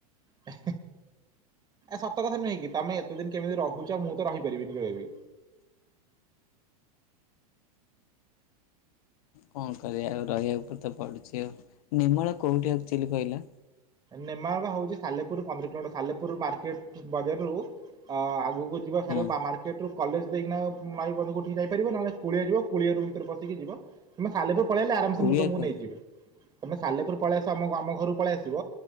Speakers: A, on the right (about 20°); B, on the left (about 65°).
A: ଏ ସତ କଥା ନୁହେଁ କିି ତମେ ଏତେ ଦିନ କେମିତି ରହୁଛ ମୁଁ ତ ରହିପାରିବିନି କେବେ ବି।
B: କଣ କରିବା ଆଉ ରହିବା ଉପରେ ତ ପଡୁଛି ଆଉ। ନିର୍ମଳ କୋଉଠି ଆକ୍ଚଲି କହିଲା?
A: ନେମା ହେଉଛି ସାଲେପୁରରୁ ପନ୍ଦର କିଲୋମିଟର ସାଲେପୁର ମାର୍କେଟ୍ ବଜାରରୁ ଅ ଆଗକୁ ଯିବା ଖା
B: ହଁ
A: ମାର୍କେଟ ରୁ କଲେଜ ଦେଇକିନା ମାଇ ବନ୍ଧଙ୍କୁଠିକି ଯାଇପାରିବ ନହେଲେ କୁଳିଆ ଯିବ କୁଳିଆ ରରୁ ଭିତରେ ପଶିକି ଯିବ, ତମେ ସାଲେପୁର ପଳେଇଲେ ଆରାମସେ
B: କୁଳିଆକୁ
A: ମୁଁ ତୁମକୁ ନେଇଯିବି ତୁମେ ସାଲେପୁର ପଳେଇ ଆସ ଆମ ଆମ ଘରୁକୁ ପଳେଇ ଆସିବ